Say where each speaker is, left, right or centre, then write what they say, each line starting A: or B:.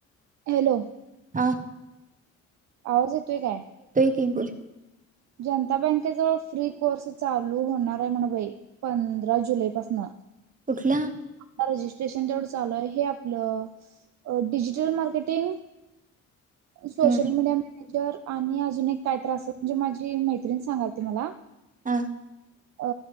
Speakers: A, on the right (about 65°); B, on the right (about 25°).
A: हॅलो
B: हा
A: आवाज येतोय ते काय?
B: बोल
A: जनता बँके जवळ फ्री कोर्स चालू होणार आहे म्हण बाई पंधरा जुलै पासन
B: कुठला?
A: आता रजिस्ट्रेशन तेवढं चालू आहे हे आपलं डिजिटल मार्केटिंग सोशल
B: हम्म
A: मीडिया नाहीतर आणि अजून एक काय तर अस म्हणजे माझी ती मैत्रिण सांगालती मला
B: हा
A: अ